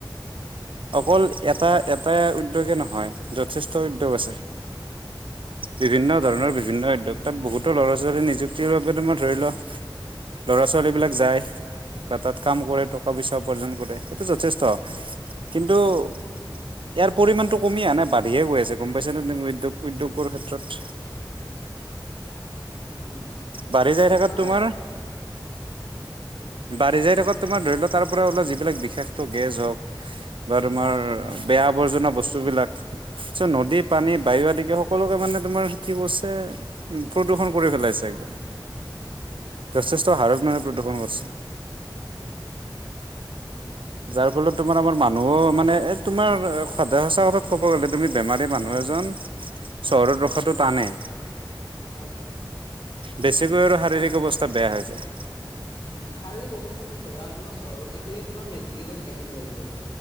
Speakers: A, on the right; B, on the left.
A: অকল
B: উম
A: এটা এটা - এটা উদ্যোগ নহয়, যথেষ্ট উদ্যোগ আছে, বিভিন্ন ধৰণৰ বিভিন্ন - বিভিন্ন
B: উম
A: উদ্যোগ, তাত বহুতো ল'ৰা ছোৱালী নিযুক্তিৰ বাবে তোমাৰ ধৰিল - ল'ৰা ছোৱালীবিলাক যায়। বা তাত কাম কৰে টকা পইচা উপাৰ্জন কৰে, সেইটো যথেষ্ট, কিন্তু
B: উম উম
A: - ইয়াৰ পৰিমাণটো কমি আহে নাই বাঢ়িয়ে গৈ আছে, গম পাইছ নে উদ্যোগ উদ্যোগৰ ক্ষেত্ৰত।
B: উম, উম।
A: বাঢ়ি যাই থাকাত
B: মানে
A: তোমাৰ -
B: উম,
A: বাঢ়ি যাই থাকাত তোমাৰ ধৰি লোৱা তাৰ পৰা ওলোৱা যিবিলাক বিষাক্ত গেছ হওক বা তোমাৰ - তোমাৰ
B: হয়
A: বেয়া - আৱৰ্জনা বস্তু বিলাক, চ্ নদী পানী বায়ু আদিকে সকলোকে মানে তোমাৰ কি কৈছে - উম প্ৰদূষণ কৰি পেলাইছে একদম। যথেষ্ট
B: উম
A: হাৰত মানে প্ৰদূষণ কৰিছে।
B: উম,
A: যাৰ ফলত তোমাৰ আমাৰ মানুহো মানে এ তোমাৰ সদায় সঁচা কথাত ক'ব গ'লে তুমি - বেমাৰী মানুহ এজন চহৰত ৰখাটো টানে।
B: হয়, হয়
A: বেছিকৈ আৰু শাৰীৰিক
B: তোমাৰ
A: অৱস্থা বেয়া হৈ যায়।
B: উম, শাৰীৰিক অৱস্থা মানে ধৰা তোমাৰ চহৰত ৰাখিলে তোমাৰ মেডিকেলত ৰাখিব লাগিব।